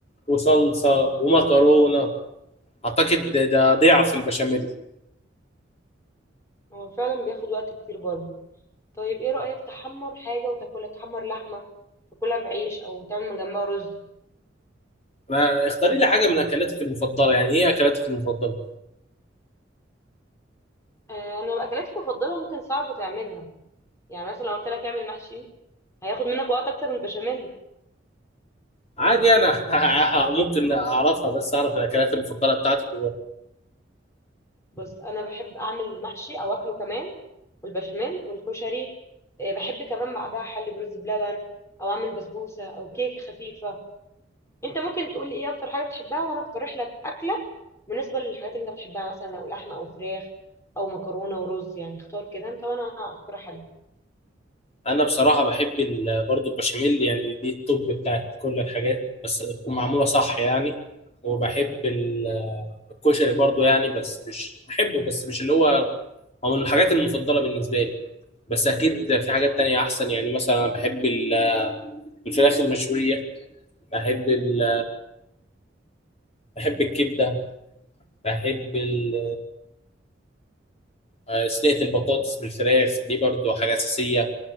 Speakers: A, on the left (about 35°); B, on the left (about 15°).
A: وصلصة ومكرونة أعتقد ده ده ضعف البشاميل
B: هو فعلا بياخد وقت كتير برضو طيب ايه رأيك تحمر حاجة وتاكلها تحمر لحمة تاكلها بعيش او تعمل من جنبها رز
A: ما اختاري لي حاجة من أكلاتك المفضلة يعني إيه أكلاتك المفضلة؟
B: آه، انا الاكلات المفضلة ممكن صعب تعملها يعني مثلا لو قلت لك اعمل محشي هياخد منك وقت اكتر من البشاميل
A: عادي أنا <laughs> ممكن أعرفها بس أعرف الأكلات المفضلة بتاعتك
B: بص انا بحب اعمل محشي او اكله كمان والبشاميل والكشري آه، بحب كمان بعدها احلي برز بلبن او اعمل بسبوسه او كيكه خفيفه انت ممكن تقول لي ايه اكتر حاجه بتحبها وانا اقترح لك اكله بالنسبه للحاجات اللي انت بتحبها مثلا لو لحمه او فراخ او مكرونه ورز يعني اختار كده انت وانا اقترح عليك
A: وأنا بصراحة بحب ال- برضو البشاميل يعني دي التوب بتاعت كل الحاجات بس تكون معمولة صح يعني وبحب ال- الكشري برضو يعني بس مش بحبه بس مش اللي هو هو من الحاجات المفضلة بالنسبة لي بس اكيد في حاجات تانية احسن يعني مثلا انا بحب ال- الفراخ المشوية بحب ال... بحب الكبدة بحب ال... آه، صينية البطاطس بالفراخ دي برضو حاجة أساسية